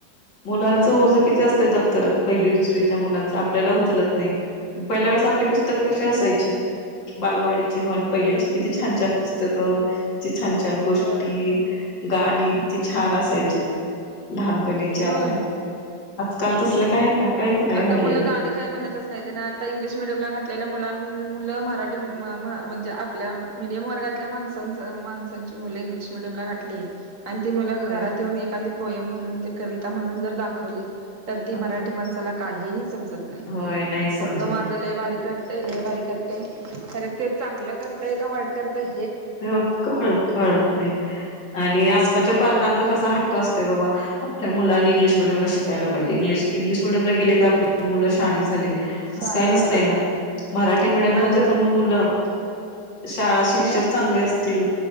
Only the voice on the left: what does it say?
मुलांच
ओझ किती असतय दप्तरात? पहिली, दुसरीच्या मुलांच आपल्याला उचलत नाही. पहिल्या वेळेस आपली पुस्तकं कशी असायची. बालवाडीची म्हण पहिलीची
किती छान छान पुस्तकं किती छान छान गोष्टी...
गाणी किती छान असायचीत. लहानपणीची आपल्या
आजकाल तसल काय आहे का? काहीच नाही
राहिलेलं
होय
होय
होय नाहीच समजत
हो कळत कळत नाही आणि आजकालच्या पालकांच कसा हट्ट असतोय बाबा आपल्या मुलांनी इंग्लिश मिडियमला शिकायला पाहिजे. इंग्लिश मिडयमला गेले की आप मुलं शहानी झाली. असं
काही नसतय
ना मराठी
मिडीयममध्ये
पण मुलं शाळा शिक्षक
चांगले असतील